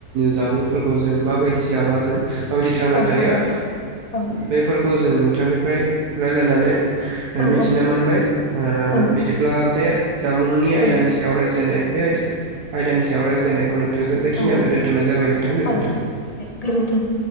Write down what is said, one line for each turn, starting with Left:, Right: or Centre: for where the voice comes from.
Right: जामुंफोरखौ जों माबायदि जाब्ला जों माबादि थांना
Left: औ
Right: थायो
Left: औ नोंथां
Right: ओ
Left: औ
Right: बेफोरखौ जों नोंथांनिफ्राय रायलायनानै
Left: औ
Right: मिथिना मोनबाय ओ
Left: औ
Right: बिदिब्ला बे जामुंनि आयदानि
Left: औ
Right: सायाव रायज्लायनाय बे आय आयदानि सायाव रायज्लायनायखौ नों नोंथांजों बेखनिनियावनो
Left: औ
Right: दोनथनाय जाबाय नोंथां गोजोन्थों
Left: औ दे गोजोन्थों।